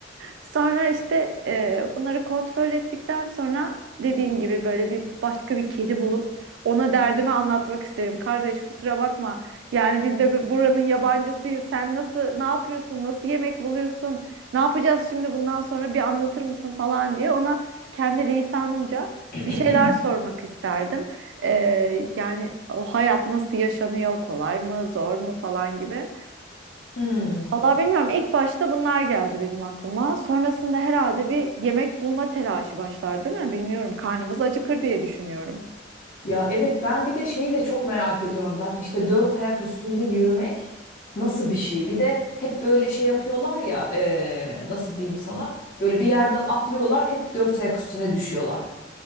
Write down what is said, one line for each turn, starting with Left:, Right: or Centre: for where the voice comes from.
Right: Sonra işte e, bunları kontrol ettikten sonra dediğin gibi böyle bir başka bir kedi bulup ona derdimi anlatmak isterim. Kardeş kusura bakma. Yani biz de buranın yabancısıyız. Sen nasıl ne yapıyorsun? Nasıl yemek buluyorsun? Ne yapacağız şimdi bundan sonra bir anlatır mısın falan diye ona kendi lisanımca
Left: <clears throat>
Right: bir şeyler sormak isterdim. Ee, yani o hayat nasıl yaşanıyor, kolay mı, zor mu falan gibi.
Left: Hmm.
Right: Vallahi bilmiyorum. ilk başta bunlar geldi benim aklıma. Sonrasında herhalde bir yemek bulma telaşı başlar, değil mi? Bilmiyorum. Karnımız acıkır diye düşünüyorum.
Left: Ya evet ben bir de şeyi de çok merak ediyorum zaten işte dört ayak üstünde yürümek nasıl bir şey? Bir de hep böyle şey yapıyorlar ya eee, nasıl diyeyim sana böyle bir yerden atlıyorlar hep dört ayak üstüne düşüyorlar.